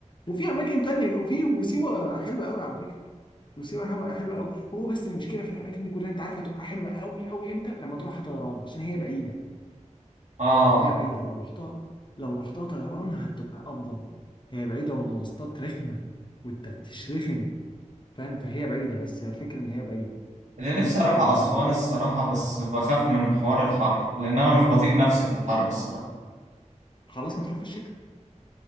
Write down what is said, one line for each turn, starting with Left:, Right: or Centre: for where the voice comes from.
Left: وفي أماكن تانية وفي وسيوة حلوة قوي على فكرة وسيوة حلوة حلوة قوي هو بس المشكلة في الأماكن دي كلها أنت عارف هتبقى حلوة قوي قوي إمتى لما تروحها طيران عشان هي بعيدة
Right: اه
Left: هي بعيدة لو رحتها لو رحتها طيران هتبقى أفضل هي بعيدة والمواصلات رخمة والتفتيش رخم فاهم فهي بعيدة بس هي الفكرة إن هي بعيدة
Right: اللي نفسي
Left: فأنت
Right: أروح أسوان
Left: دي
Right: الصراحة بس بخاف من حوار الحر لأن أنا مش بطيق نفسي في الحر الصراحة
Left: خلاص ما تروح في الشتاء